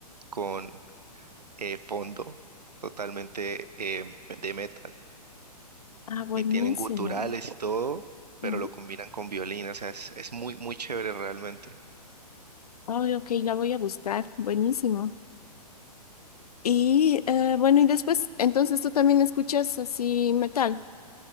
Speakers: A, on the right (about 80°); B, on the left (about 70°).
A: con eh, fondo totalmente eh, de metal,
B: ah, buenísimo.
A: y tienen guturales y todo,
B: ¿no?
A: pero lo combinan con violín, o sea, es, es muy, muy chévere realmente.
B: Ay, ok, la voy a buscar. Buenísimo. Y eh, bueno, y después, entonces tú también escuchas así metal.